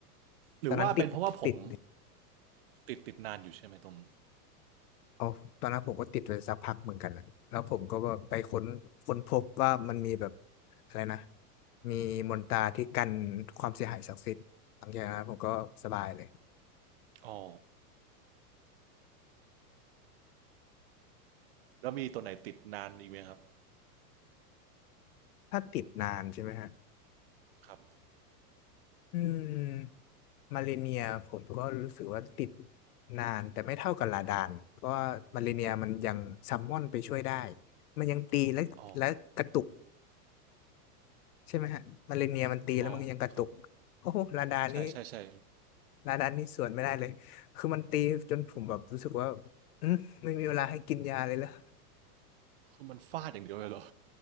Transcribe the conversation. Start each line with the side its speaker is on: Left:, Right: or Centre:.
Right: หรือว่าเป็นเพราะว่าผม
Left: ตอนนั้นติดติด
Right: ติดติดนานอยู่ใช่ไหมตรง
Left: เอาตอนนั้นผมก็ติดไปสักพักเหมือนกันนะแล้วผมก็ว่าไปค้นค้นพบว่ามันมีแบบอะไรนะมีมนตราที่กันความเสียหายศักดิ์สิทธิ์หลังจากนั้นผมก็สบายเลย
Right: อ๋อแล้วมีตัวไหนติดนานอีกไหมครับ
Left: ถ้าติดนานใช่ไหมฮะ
Right: ครับ
Left: อืมมาเลเนียผมก็รู้สึกว่าติดนานแต่ไม่เท่ากับลาดานเพราะว่ามาเลเนียมันยังซัมมอนไปช่วยได้มันยังตีและและกระตุก
Right: อ๋อ
Left: ใช่ไหมฮะมาเลเนียมันตีแล้วมันยังกระตุกโอ้โหลาดานนี่
Right: อ๋อครับ ใช่ใช่ใช่
Left: ลาดานนี่สวนไม่ได้เลยคือมันตีจนผมแบบรู้สึกว่าอืมไม่มีเวลาให้กินยาเลยเหรอ
Right: คือมันฟาดอย่างเดียวเลยเหรอ